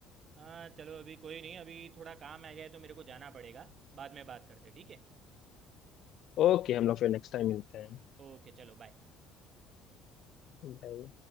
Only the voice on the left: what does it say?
ओके हम लोग फिर नेक्स्ट टाइम मिलते हैं
Bye.